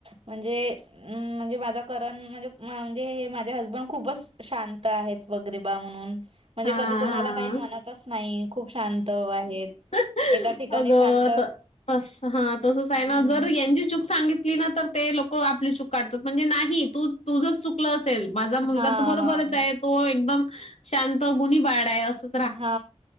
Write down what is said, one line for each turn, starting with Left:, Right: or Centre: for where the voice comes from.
Right: म्हणजे हम्म म्हणजे माझा करण म्हणजे म् म्हणजे माझे हसबंड खूपच शांत आहेत. वगैरे बा म्हणून म्हणजे
Left: हां,
Right: कधी कोणाला
Left: हां.
Right: काही म्हणतच नाई खूप शांत आहेत.
Left: अगं
Right: एका ठिकाणी शांत
Left: त तसं हा तसंच हाय
Right: हम्म
Left: ना जर यांची चूक सांगित ली ना तर ते लोक आपली चूक काढतात म्हणजे नाही तू तुझच चुकलं असेल माझा मुलगा
Right: हा
Left: तर बरोबरंच येत. तो एकदम शांत गुणी बाळ हाय असं
Right: हा